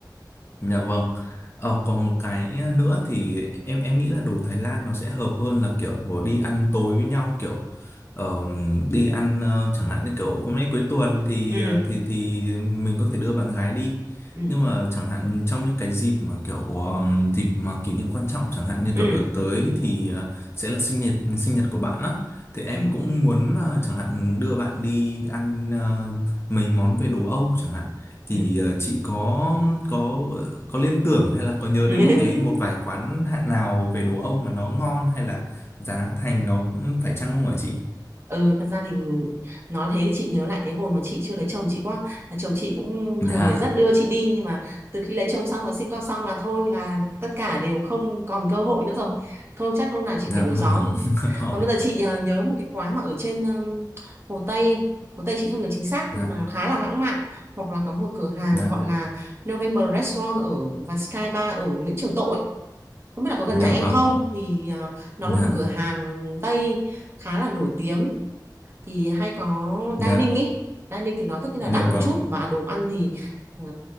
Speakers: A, on the left; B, on the right.
A: Dạ vâng. Ờ, còn một cái nữa thì em em nghĩ là đồ Thái Lan nó sẽ hợp hơn là kiểu đi ăn tối với nhau kiểu ờ, đi ăn ờ, chẳng hạn như kiểu hôm nay cuối tuần thì
B: Ừ,
A: ờ, thì thì mình có thể đưa bạn gái đi
B: ừ,
A: nhưng mà chẳng hạn trong những cái dịp mà kiểu ờm, dịp mà kỷ niệm quan trọng chẳng hạn như
B: ừ,
A: kiểu đợt tới thì ờ, sẽ là sinh nhật sinh nhật của bạn á thì em
B: ừ,
A: cũng muốn ờ, chẳng hạn đưa bạn đi ăn ờ, mấy món về đồ Âu chẳng hạn thì
B: ừ.
A: ờ, chị có có có liên tưởng hay là có nhớ
B: ừ.
A: đến
B: <laughs>
A: một cái một vài quán hạn nào về đồ Âu mà nó ngon hay là giá thành nó phải chăng không hả chị?
B: Ừ, thật ra thì nói thế thì chị nhớ lại cái hồi mà chị chưa lấy chồng chị quá là chồng chị cũng
A: Dạ,
B: thường lại rất đưa chị đi nhưng mà từ khi lấy chồng xong và sinh con xong là thôi là tất cả đều không còn cơ hội nữa rồi thôi chắc hôm nào chị
A: dạ
B: phải đổi
A: vâng.
B: gió
A: <laughs> Ôi,
B: còn bây giờ chị ờ, nhớ một cái quán mà ở trên ừm, Hồ Tây Hồ Tây chị không nhớ chính xác
A: Dạ,
B: nhưng mà nó khá là lãng mạn hoặc là có một cửa hàng
A: dạ,
B: gọi là November Restaurant ở và Sky Bar ở Nguyễn Trường Tộ ấy. Không biết là có gần
A: dạ
B: nhà em
A: vâng.
B: không thì ờ, nó
A: Dạ,
B: là một cửa hàng Tây khá là nổi tiếng thì hay có
A: dạ,
B: dining ý dining thì nó tất nhiên là
A: dạ
B: đắt một
A: vâng.
B: chút mà đồ ăn thì ờ,